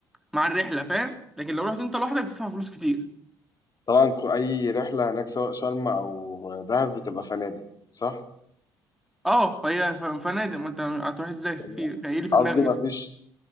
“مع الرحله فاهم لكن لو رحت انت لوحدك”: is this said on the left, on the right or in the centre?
Centre